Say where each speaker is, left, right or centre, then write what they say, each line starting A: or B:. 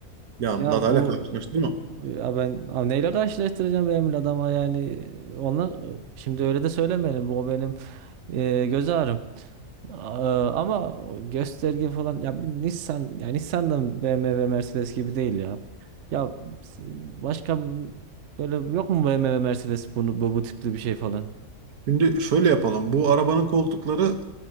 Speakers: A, on the right (about 80°); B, on the right (about 60°).
A: Ya
B: ya
A: Lada
B: bu
A: ile karşılaştırma.
B: ya ben abi neyle karşılaştıracağım benim Lada'ma yani ona şimdi öyle de söylemeyelim bu benim e, göz ağrım. Aa, Ama gösterge falan ya bir Nissan ya Nissan da BMW Mercedes gibi değil ya. Ya s- başka böyle yok mu BMW Mercedes bunu bu, bu tipli bir şey falan?
A: Şimdi şöyle yapalım. Bu arabanın koltukları